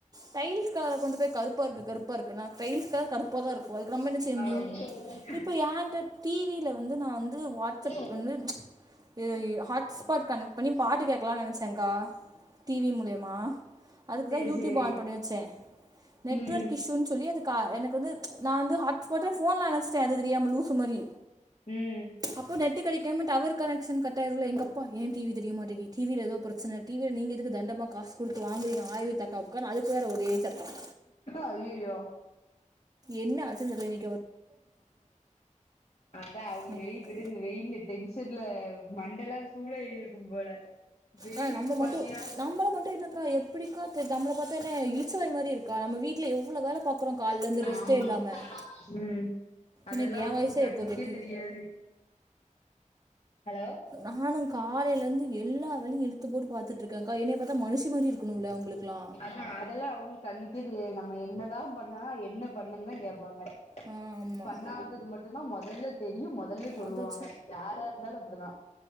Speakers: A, on the right; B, on the left.
A: டைல்ஸ் கார கொண்டு போய் கருப்பு கருப்பா இருக்கு கருப்பா இருக்குன்னா டையில்ஸ்கு கருப்பா தா இருக்கு அதுக்கு நம்ம என்ன
B: ம்
A: செய்ய முடியும் இப்ப ஏன்ட டிவில வந்து நா வந்து வாட்ஸ்அப்
B: ஆ
A: வந்து இது ஹாட் ஸ்பாட் கனெக்ட் பண்ணி பாட்டு கேக்கலாம் நெனச்சேங்கா டிவி மூலியமா அதுக்கு
B: செரி
A: தா யூடியூப்
B: செரி
A: ஆன் <unintelligible> வச்சேன் நெட்வொர்க்
B: ம்
A: இஷ்யூன்னு சொல்லி அதுக்கு ஆ எனக்கு வந்து நா வந்து ஹா்ட் போட்ட ஃபோன்ல அனச்டேன் அது தெரியாம லூசு மாறி
B: ம்
A: அப்போ நெட்டு கடைக்காம டவர் கனக்ஷன் கட்டாயிர்துல எங்க அப்பா ஏன் டிவி தெரியமாட்டேது டிவில ஏதோ பிரச்சன டிவில நீங்க எதுக்கு தண்டமா காஸ் குடுத்து வாங்குறீங்க ஆய்வு தக்காப்புக்கானு அதுக்கு வேற ஒரே சத்தம்
B: அய்யய்யோ
A: என்ன ஆச்சு சொல்லு நீ
B: அதா அவங்க
A: இன்னைக்கு
B: வெளிய போயிட்டு வெயில்ல டென்ஷன்ல மண்டலா சூடாயிருக்கும் போல வெயில்
A: ஆ நம்ம
B: இப்ப பாத்தியா
A: மட்டும்
B: <inaudible>
A: நம்மளை மட்டும் என்னக்கா எப்படிக்கா தெரி நம்மளை பார்த்தா என்ன இழிச்சவாய் மாதிரி இருக்கா நம்ம வீட்டில் எவ்வளோ வேலை பார்க்குறோம் காலிலேருந்து ரெஸ்ட்டே
B: ஆமா
A: இல்லாமல்
B: உம் அதெல்லா
A: எனக்கு என்
B: அவங்களுக்
A: வயசே
B: கண்ணுக்கே
A: எக்கோ கேக்கு
B: தெரியாது ஹலோ
A: நானும் காலேலந்து எல்லா வேலையும் இழுத்து போட்டு பாத்துட்டுருக்கன்கா என்னைய பாத்தா மனுஷி மாரி இருக்கணும்ல்ல அங்களுக்குல்லாம்
B: அ அதெல்லா அவங்களுக்கு கண்ணுக்கே தெரியாது நம்ம என்னதா பண்ணா என்ன பண்ணன் தா கேப்பாங்க
A: ஆ ஆமாம்
B: பண்ணாதது மட்டும்தா மொதல்ல தெரியும் மொதல்ல சொல்லுவாங்க
A: அதை
B: யாரா இருந்தாலும் அப்டிதா